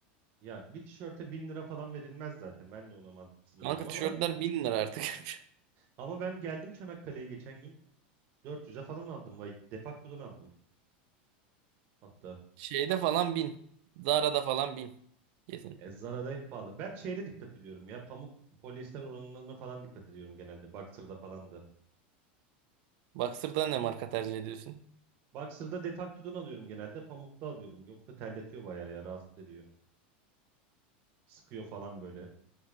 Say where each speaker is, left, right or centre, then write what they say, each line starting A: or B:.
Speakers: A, on the right (about 40°); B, on the right (about 60°).
A: Ya bir tişörte bin lira falan verilmez zaten. Ben de ona mantıksız buluyorum
B: Kanka
A: ama
B: tişörtler bin lira artık. <laughs>
A: ama ben geldim Çanakkale'ye geçen gün 400'e falan aldım. Vay, Defakto'dan aldım hatta.
B: Şeyde falan bin. Zara'da falan bin. Kesin.
A: E, Zara'da hep pahalı. Ben şeyde dikkat ediyorum ya. Pamuk polyester oranlarına falan dikkat ediyorum genelde. Boxer'da falan da.
B: Boxer'da ne marka tercih ediyorsun?
A: Boxer'da Defakto'dan alıyorum genelde. Pamukta alıyorum. Yoksa terletiyor bayağı ya. Rahatsız ediyor. Sıkıyor falan böyle.